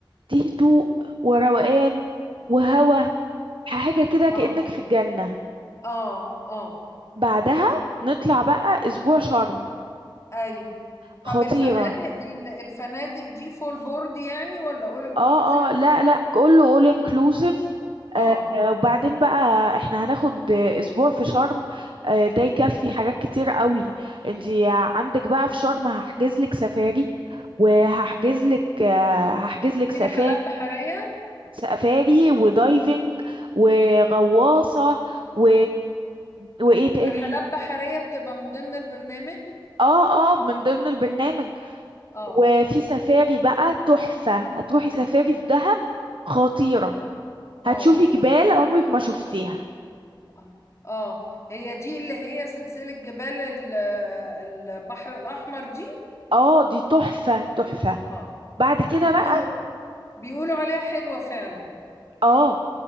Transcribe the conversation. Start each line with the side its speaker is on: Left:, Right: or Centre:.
Right: دي هدوء وروقان وهوا حاجة كده
Left: اه
Right: كأنك في الجنة
Left: اه اه
Right: بعدها نطلع بقى اسبوع شرم
Left: اي
Right: خطيرة
Left: طب الفنادق ال- الفنادق دي فول بورد يعني ولا اول انكلوزيف
Right: اه اه لا لا كله all inclusive
Left: اه
Right: آه وبعدين بقى احنا هناخد آه، اسبوع في شرم آه ده يكفي حاجات كتير قوي انتي عندك بقى في شرم هحجز لك سفاري وهحجز لك آه هحجز لك
Left: في
Right: سفاري
Left: رحلات بحرية
Right: سفاري ودايفنج وغواصة و... وايه تاني
Left: رحلات بحرية بتبقى من ضمن البرنامج
Right: اه اه من ضمن البرنامج
Left: اه
Right: وفي سفاري بقى تحفة هتروحي سفاري في دهب خطيرة
Left: اه
Right: هتشوفي جبال عمرك ما شفتيها
Left: اه اه هي دي اللي هي سلسلة جبال ال- البحر الأحمر دي
Right: اه دي تحفة تحفة
Left: اه
Right: بعد كده
Left: بيقولوا
Right: بقى
Left: بيقولوا عليها حلوة فعلا
Right: اه